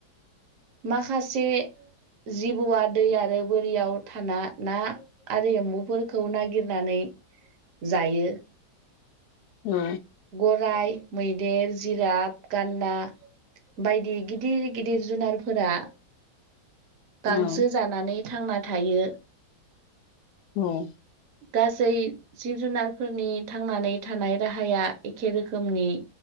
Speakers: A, on the right; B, on the left.
A: माखासे जिबौआ दै आरो बोरियाव थाना ना आरो एम्बुफोरखौ नागिरनानै जायो।
B: औ
A: गराइ, मैदेर, जिराद, गान्दा, बायदि गिदिर गिदिर जुनारफोरा गांसो
B: औ
A: जानानै थांना थायो।
B: औ
A: गासै जिब जुनारफोरनि थांनानै थानाय राहाया एखे रोखोमनि